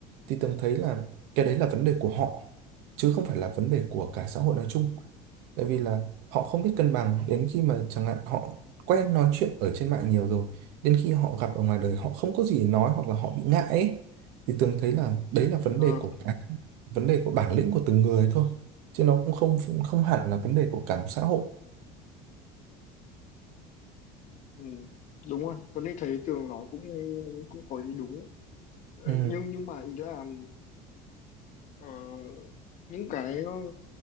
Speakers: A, on the right (about 75°); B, on the left (about 50°).
A: thì Tường thấy là cái đấy là vấn đề của họ chứ không phải là vấn đề của cả xã hội nói chung tại vì là họ không biết cân bằng đến khi mà chẳng hạn họ quen nói chuyện ở trên mạng nhiều rồi đến khi họ gặp ở ngoài đời họ không có gì để nói hoặc là họ bị ngại ấy. thì Tường thấy là đấy là vấn
B: ờ,
A: đề của cái vấn đề của bản lĩnh của từng người thôi chứ nó cũng không cũng không hẳn là vấn đề của cả một xã hội
B: ừ. đúng rồi Tuấn Huy thấy Tường nói cũng cũng có ý đúng đấy. Ờ,
A: ừ
B: nhưng nhưng mà ý là ờ, những cái ờ,